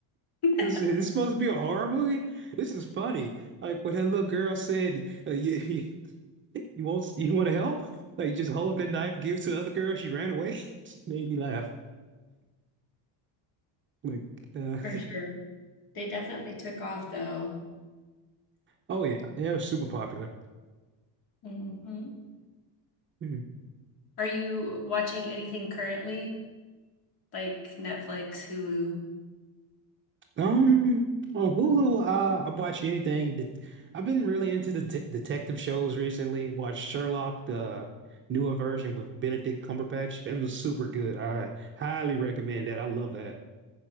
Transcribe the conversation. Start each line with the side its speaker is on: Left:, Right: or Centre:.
Left: <laughs>
Right: I said, "It's supposed to be a horror movie. This is funny." Like when that little girl said, uh, "You you, <laughs> you want you want to help?" Like just hold that knife, give it to the other girl. She ran away. <laughs> It just made me laugh. Like, uh,
Left: For sure. They definitely took off though.
Right: <laughs> oh yeah, yeah, it was super popular.
Left: hmm
Right: <laughs>
Left: Are you watching anything currently? like Netflix, Hulu.
Right: Um, on Hulu, uh, I watch anything. Det- I've been really into the de detective shows recently. Watched Sherlock, the newer version with Benedict Cumberbatch. That was super good. I highly recommend that. I love that.